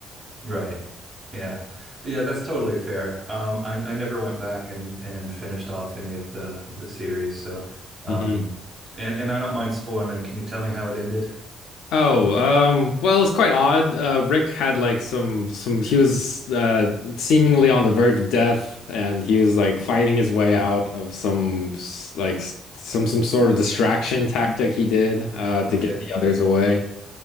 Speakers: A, on the right (about 25°); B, on the left (about 80°).
A: Right. Yeah. Yeah, that's totally fair. Um, I I never went back and and finished off any of the the series. So, um,
B: Mhm.
A: and and I don't mind spoiling. Can you tell me how it ended?
B: Oh, um, well, it's quite odd. Uh, Rick had like some some he was uh seemingly on the verge of death and he was like fighting his way out of some s- like s- some some sort of distraction tactic he did uh to
A: Okay.
B: get the others away.